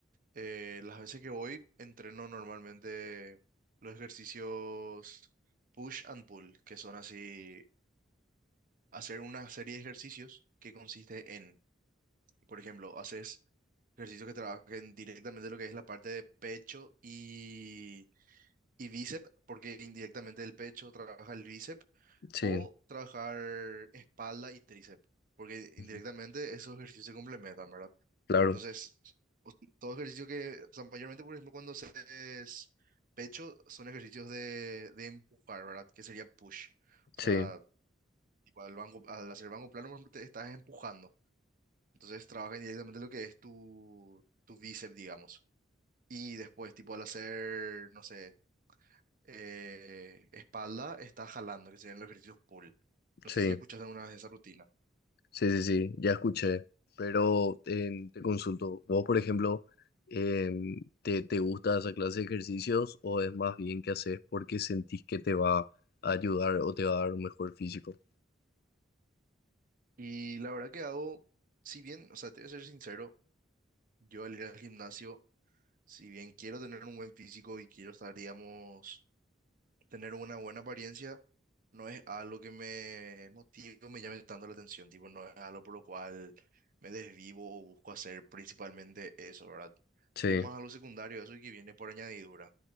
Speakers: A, on the right; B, on the left.
A: eh, las veces que voy, entreno normalmente los ejercicios push and pull, que son así, hacer una serie de ejercicios que consiste en, por ejemplo, haces ejercicios que trabajen directamente lo que es la parte de pecho y Y bíceps, porque indirectamente el pecho trabaja el bíceps,
B: sí,
A: o trabajar espalda y tríceps, porque indirectamente
B: Ujú.
A: esos ejercicios se complementan, ¿verdad?
B: claro,
A: Entonces, o- todo ejercicio que, o sea, mayormente, por ejemplo, cuando haces pecho, son ejercicios de, de empujar, ¿verdad? Que sería push. O
B: sí,
A: sea, tipo, al banco, al hacer banco plano, por ejemplo, te estás empujando. Entonces, trabaja indirectamente lo que es tu, tu bíceps, digamos. Y después, tipo, al hacer, no sé, eh, espalda está jalando, que serían los ejercicios pull. No
B: sí,
A: sé si ya escuchaste alguna vez esa rutina.
B: sí, sí, sí, ya escuché. Pero em, te consulto, vos, por ejemplo, em, ¿te, te gusta esa clase de ejercicios o es más bien que haces porque sentís que te va a ayudar o te va a dar un mejor físico?
A: Y la verdad que hago, si bien, o sea, te voy a ser sincero, yo al ir al gimnasio, si bien quiero tener un buen físico y quiero estar, digamos, tener una buena apariencia, no es algo que me motive o me llame tanto la atención, tipo, no es algo por lo cual me desvivo o busco hacer principalmente eso, ¿verdad? Sería
B: Sí,
A: más algo secundario, eso y que viene por añadidura.